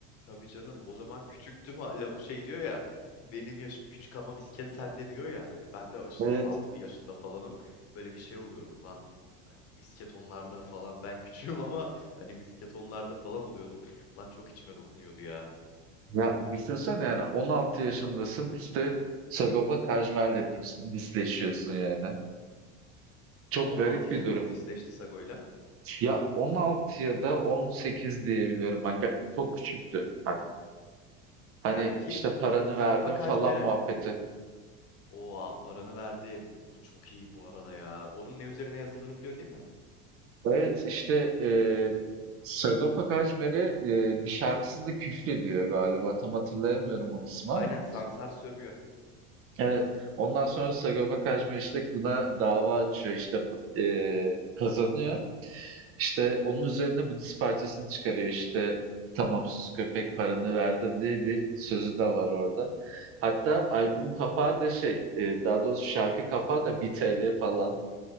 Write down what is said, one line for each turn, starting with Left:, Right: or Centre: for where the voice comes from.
Left: Tabii canım o zaman küçüktüm ha, lavuk şey diyor ya. Benim yaşım küçük ama misket sende diyor ya. E, Ben de işte
Right: Evet.
Left: 16 yaşında falanım. Böyle bir şey oluyorum ulan misket onlarda falan ben küçüğüm ama hani misket onlarda falan oluyordum. Ulan çok içime dokunuyordu ya.
Right: Ya düşünsene yani 16 yaşındasın işte Sagopa Kajmer'le dis- disleşiyorsun yani. Çok
Left: O
Right: garip
Left: 16 yaşında
Right: bir durum.
Left: mı disleşti Sago'yla?
Right: Ya 16 ya da 18 diye biliyorum ben. Ger- Çok küçüktü. Hani, hani
Left: Yani ki
Right: işte paranı
Left: Sagopa
Right: verdim
Left: Kajmer'e
Right: falan muhabbeti.
Left: oha paranı verdim. Of, çok iyi bu arada ya. Onun ne üzerine yazıldığını biliyorsun değil mi?
Right: Evet işte eee Sagopa Kajmer'e eee, bir şarkısında küfrediyor galiba. Tam hatırlayamıyorum o kısmı ama.
Left: Aynen Sansar sövüyor.
Right: Evet. Ondan sonra Sagopa Kajmer işte buna dava açıyor işte eee, kazanıyor. İşte onun üzerine bu diss parçasını çıkarıyor işte tamam sus köpek paranı verdim diye bir sözü de var orada. Hatta
Left: Aynen.
Right: albüm kapağı da şey eee, daha doğrusu şarkı kapağı da 1 TL falan.